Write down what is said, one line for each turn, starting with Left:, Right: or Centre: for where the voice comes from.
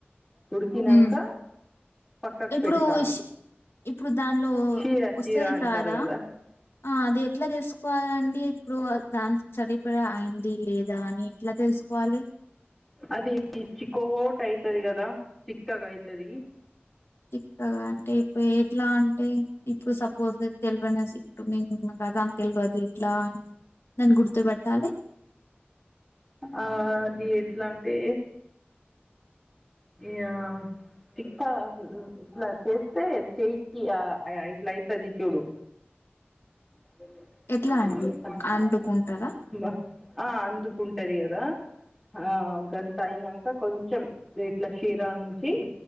Centre: ఉడికినాంక
Left: ఉమ్
Centre: పక్కకు
Left: ఇప్పుడు
Centre: పెట్టాలి
Left: ఇప్పుడు దానిలో
Centre: షీర
Left: వస్తాయి
Centre: షీర అంటారు
Left: కాదా
Centre: కదా
Left: ఆ అది ఎట్లా తీసుకోవాలండి ఇప్పుడు దాని సరిపడ అయింది లేదా అని ఎట్లా తెలుసుకోవాలి
Centre: అది చిక్క ఓట్ అయితది కదా చిక్కగా అయితది
Left: చిక్కగా అంటే ఇప్పుడు ఎట్లా అంటే ఇప్పుడు సప్ పోస్ తెల్వనే <unintelligible> తెల్వదు ఇట్లా నను గురుతుబట్టాలి
Centre: ఆ అది ఎట్లా అంటే యా చిక్కా ఇట్లా చేస్తే చేయికి ఇట్లా అయితది చూడు <inaudible>
Left: ఎట్లా అండి అండుకుంటారా
Centre: బ ఆ అందుకుంటది కదా ఆ గంతా అయినాక ఇకా కొంచెం ఇట్లా క్షీరాంచి